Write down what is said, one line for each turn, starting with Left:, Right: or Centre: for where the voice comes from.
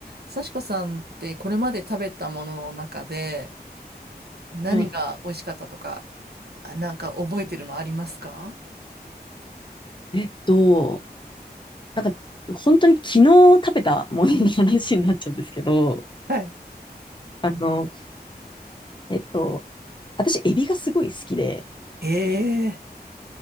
Right: 幸子さんってこれまで食べたものの中で何が美味しかったとか、
Left: はい。
Right: あなんか覚えてるのありますか
Left: えっと、なんか、本当に昨日食べたものの話になっちゃうんですけど、
Right: はい。
Left: あの、えっと、私、エビがすごい好きで、
Right: ええ